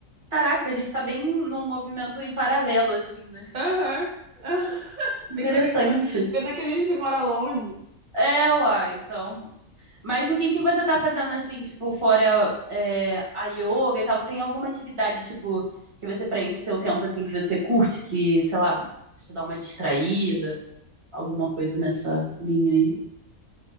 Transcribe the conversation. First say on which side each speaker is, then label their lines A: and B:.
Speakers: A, on the right; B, on the right.
A: Caraca, a gente tá bem num movimento em paralelo, assim, né?
B: Aham. <laughs>
A: Interessante.
B: Pensa que- Pena que a gente mora longe.
A: É, uai, então. Mas o que que você tá fazendo assim, tipo, fora é, a yoga e tal? Tem alguma atividade, tipo, que você preenche seu tempo assim, que você curte, que, sei lá, você dá uma distraída, alguma coisa nessa linha aí?